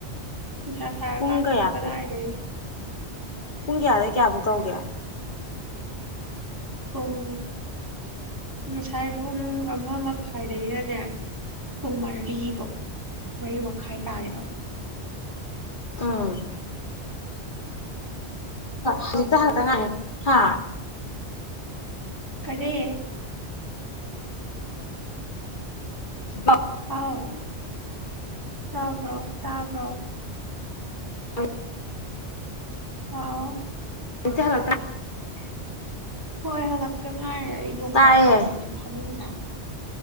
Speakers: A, on the right; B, on the left.
A: ꯅꯨꯡꯁꯥ ꯁꯔꯥ
B: ꯄꯨꯡ
A: ꯀꯥꯟꯁꯤꯗ
B: ꯀꯌꯥ
A: ꯀꯗꯥꯏꯗꯒꯤ
B: ꯄꯨꯡ ꯄꯨꯡ ꯀꯌꯥꯗꯩ ꯀꯌꯥꯕꯨꯛ ꯇꯧꯒꯦ
A: ꯄꯨꯡ ꯉꯁꯥꯏ ꯄꯨꯡ ꯑꯃ ꯃꯈꯥꯏꯗꯒꯤꯅꯅꯦ ꯄꯨꯡ ꯃꯔꯤꯕꯧ ꯃꯔꯤ ꯃꯈꯥꯏ ꯇꯥꯒꯦ ꯇꯧ
B: ꯎꯝ
A: <inaudible>
B: ꯍꯧꯖꯤꯛꯇ ꯍꯜꯂꯛꯇ ꯉꯥꯏꯔꯤ ꯍꯥ
A: ꯀꯔꯤ
B: <inaudible>
A: ꯑꯥꯎ ꯇꯕ꯭ꯔꯣ ꯇꯥꯕ꯭ꯔꯣ
B: ꯑ
A: ꯑꯥꯎ
B: ꯍꯧꯖꯤꯛꯇꯥ ꯍꯜꯂꯛꯇꯥ ꯉꯥꯢꯔꯤ
A: ꯍꯣꯏ ꯍꯟꯂꯛꯇ ꯉꯏꯔꯤ ꯑꯩ ꯂꯣꯡꯗ
B: ꯇꯥꯏꯌꯦ
A: ꯇꯔꯤꯅꯦ ꯐꯥꯃꯨꯡꯗ